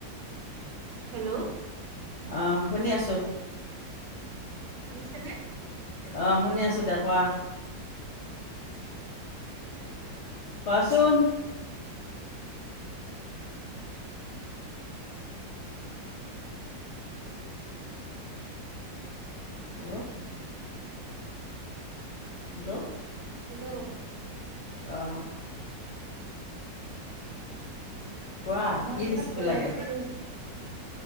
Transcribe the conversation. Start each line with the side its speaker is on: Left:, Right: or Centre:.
Right: হেল্ল',
Left: আহ, শুনি আছো।
Right: শুনিছেনে?
Left: অ, শুনি আছো দে কোৱা? কোৱাচোন? হেল্ল', হেল্ল',
Right: হেল্ল',
Left: অ', কোৱা
Right: মই
Left: কি
Right: আপোনাক
Left: ৰেচিপি
Right: কৈ
Left: লাগে?
Right: আছিলো